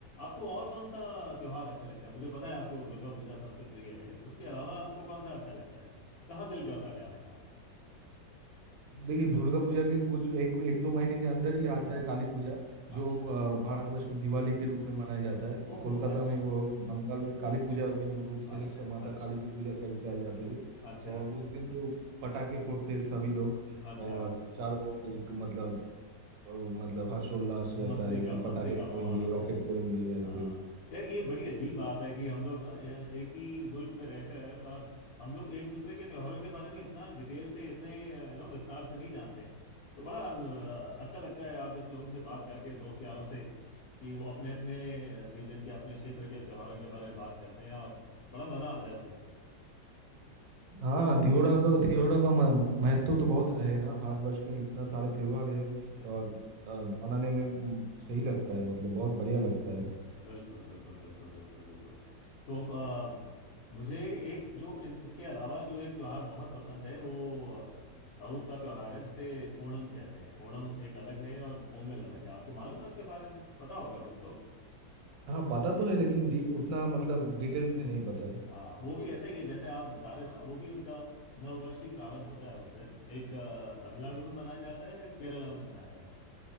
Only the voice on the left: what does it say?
आपको और कौन सा त्योहार अच्छा लगता है मुझे पता है आपको दुर्गा पूजा सबसे प्रिय है उसके अलावा आपको कौन सा अच्छा लगता है कहाँ दिल करता है जाने का आपका
अच्छा
ओहो
अच्छा
अच्छा
अच्छा
अच्छा
अच्छा
मस्ती
का
मस्ती
का माहौल
होता
है
हाँ
यार ये बड़ी अजीब बात है कि हम लोग हाँ, यार, एक ही मुल्क में रहकर और हम लोग एक दूसरे के त्योहारों के बारे में इतना डिटेल से इतने यू नो विस्तार से नहीं जानते हैं तो बड़ा अ, अच्छा लगता है आप जैसे लोगों से बात करके दोस्त यारों से कि वो अपने अपने रीजन के अपने क्षेत्र के त्योहारों के बारे में बात करते हैं और बड़ा मजा आता है सुन के
हम्म
बिल्कुल बिल्कुल बिल्कुल बिल्कुल बिल्कुल तो मुझे एक जो इन- इसके अलावा जो एक त्योहार बहुत पसंद है वो अ, साउथ का त्योहार है जिसे ओणम कहते हैं ओणम एक अलग है और पोंगल अलग है आपको मालूम है उसके बारे में पता होगा कुछ तो
हाँ वो भी ऐसा ही है जैसे आप बता रहे हो ना वो भी उनका नववर्षीय प्रारंभ होता है उस दिन एक अ, तमिलनाडु में मनाया जाता है एक केरला में मनाया जाता है